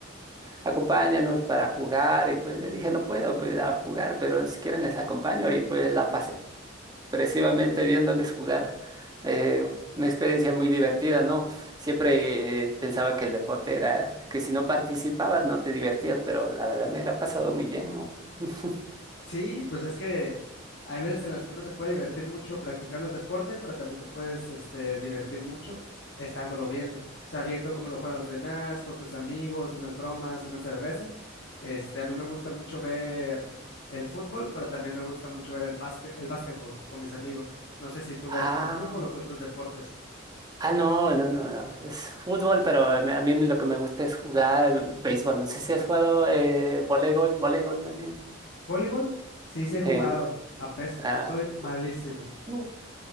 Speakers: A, on the right (about 20°); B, on the left (about 60°).
A: acompáñanos para jugar, y pues le dije, no puedo pues, a jugar, pero si quieren les acompaño, y pues la pasé. expresivamente viéndoles jugar. eh, una experiencia muy divertida, ¿no? Siempre eh, pensaba que el deporte era que si no participabas no te divertías, pero la verdad me la ha pasado muy bien, ¿no? <laughs>
B: Sí, pues es que hay veces en las que uno se puede divertir mucho practicando el deporte, pero también te puedes este, divertir mucho estándolo viendo. O sea, viendo cómo lo juegan los demás, con tus amigos, unas bromas, unas cervezas. Este, a mí me gusta mucho ver el fútbol, pero también me gusta mucho ver el, fasque- el básquetbol con mis amigos. No sé si tú
A: Ah,
B: veas puro fútbol o qué otros deportes.
A: ah, no, no, no, no. Es fútbol, pero a mí a mí lo que me gusta es jugar béisbol. No sé si has jugado eh, voleibol, voleibol más bien.
B: ¿Voleibol? Sí, sí he jugado.
A: Sí.
B: Apesto,
A: ah.
B: soy malísimo.
A: <laughs>